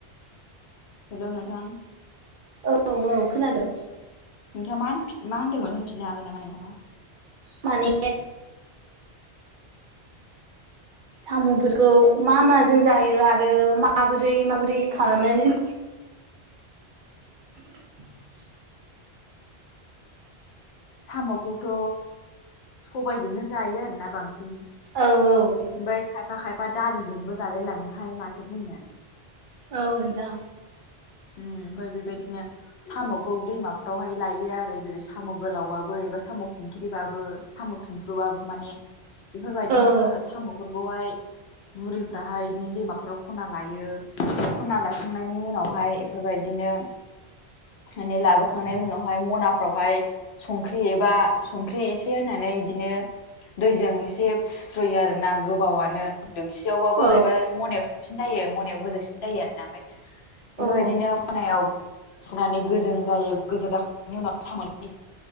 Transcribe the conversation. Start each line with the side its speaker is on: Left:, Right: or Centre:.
Left: हेल' नोंथां।
Right: औ औ खोनादों।
Left: नोंथाङा मा होनफिन होनदोंमोन होनफिननो हागोन नामा नोंथाङा?
Right: माने साम'फोरखौ मा माजों जायो आरो माबोरै माबोरै खालामनानै <inaudible>
Left: साम'खौथ' सबायजोंनो जायो आरोना बांसिन।
Right: औ औ।
Left: ओमफाय खायफा खायफा दालिजोंबो जालायलाङोहाय माथो बुंनो।
Right: औ नोंथां।
Left: उम ओमफ्राय बेबायदिनो साम'खौ दैमा फोरावहाय लायो आरो जेरै साम' गोलावबाबो एबा साम' खिंख्रिबाबो, साम' थुमफ्रुबाबो माने बेफोरबायदिनो
Right: औ
Left: सा-साम'फोरखौहाय बुरैफ्राहाय इदिनो दैमाफोराव खनना लायो। खनना लाखांनायनि उनावहाय इफोरबायदिनो माने लाबोखांनायनि उनावहाय मनाफ्रावहाय संख्रि एबा संख्रि एसे होनानै इदिनो दैजों एसे फुस्रोयो आरो। ना गोबावानो दोखसियावबाबो
Right: औ
Left: एबा मनायाव साबसिन जायो मनायाव गोजौसिन जायो आरोना। ओमफ्राय बेफोरबायदिनो
Right: औ
Left: मनायाव फुनानै गोजों जायो, गोजों जाखांनायनि उनाव सम'नि